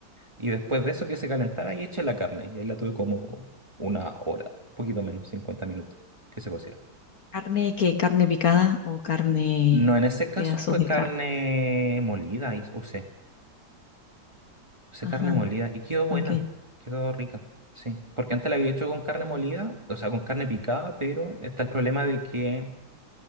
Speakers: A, on the right; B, on the left.
A: Y después de eso que se calentara y eché la carne. Y ahí la tuve como una hora, un poquito menos, 50 minutos, que se cociera.
B: ¿Carne qué? ¿Carne picada o carne,
A: No, en ese caso
B: pedazos
A: fue
B: de
A: carne
B: carne?
A: molida, y usé. Usé
B: Ajá,
A: carne molida y quedó buena,
B: ok.
A: quedó rica, sí. Porque antes la había hecho con carne molida, o sea, con carne picada, pero está el problema de que